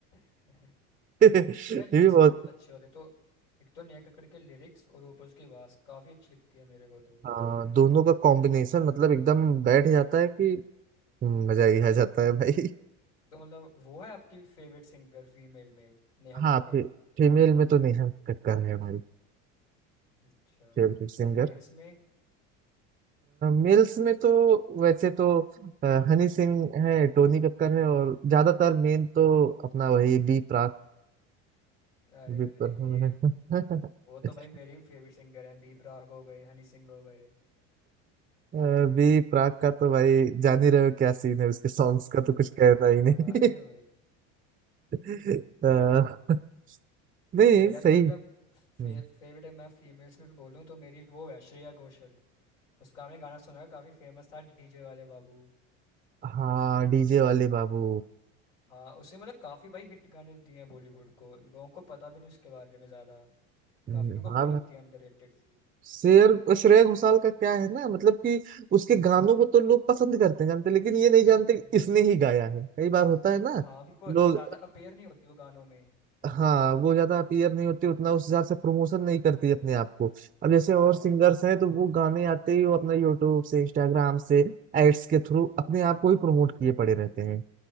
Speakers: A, on the left; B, on the right.
A: <laughs>
B: <laughs>
A: भाई
B: ये
A: लिरिक्स
B: भी बहुत
A: बहुत अच्छे होते तो एक तो नेहा कक्कड़ के लिरिक्स और ऊपर उसकी आवाज़ काफ़ी अच्छी लगती है मेरे को तो
B: हाँ दोनों का कॉम्बिनेशन मतलब एकदम बैठ जाता
A: हम्म।
B: है कि मजा ही आ जाता है भाई
A: तो मतलब वो है आपकी फेवरेट सिंगर फीमेल में
B: <laughs>
A: नेहा कक्कड़
B: हाँ फे, फीमेल में तो नेहा कक्कड़ है हमारी
A: अच्छा
B: फेवरेट सिंगर
A: और मेल्स में
B: मेल्स में तो वैसे तो अ, हनी सिंह है टोनी कक्कड़ है और ज्यादातर मेन तो अपना वही बी प्राक
A: अरे
B: बी
A: अरे
B: प्राक
A: ये वो तो भाई मेरे
B: <laughs>
A: फेवरेट सिंगर हैं बी प्राक हो गए हनी सिंह हो गए
B: अभी प्राग का तो भाई जान ही रहे हो क्या सीन है उसके सॉन्ग्स का तो कुछ कहना ही
A: हाँ
B: नहीं
A: अरे भाई
B: <laughs> अ, नहीं
A: मेरा
B: सही
A: तो मतलब फे,
B: हम्म,
A: फेवरेट मैं फीमेल्स में बोलूँ तो मेरी वो है श्रेया घोषाल उसका आपने गाना सुना है काफ़ी फेमस था डीजे वाले बाबू
B: हाँ डीजे वाले बाबू
A: हाँ उसने मतलब काफ़ी भाई हिट गाने दिए हैं बॉलीवुड को लोगों को पता भी नहीं उसके बारे में ज़्यादा
B: हम्म,
A: काफ़ी मेरे को
B: हाँ
A: वो लगती
B: भाई
A: है अंडररेटेड सी
B: शेर श्रेया घोषाल का क्या है ना मतलब कि उसके गानों को तो लोग पसंद करते हैं जानते हैं, लेकिन ये नहीं जानते कि
A: हम्म
B: इसने ही गाया है कई बार होता है ना
A: हाँ क्योंकि वो
B: लोग
A: ज़्यादा अपेयर नहीं होती वो गानों में
B: हाँ वो ज्यादा अपीयर नहीं होती उतना उस हिसाब से प्रमोशन नहीं करती अपने आप को अब जैसे
A: हाँ
B: और सिंगर्स हैं तो वो गाने आते ही वो अपना यूट्यूब से इंस्टाग्राम से एड्स के थ्रू अपने आप को ही प्रमोट किए पड़े रहते हैं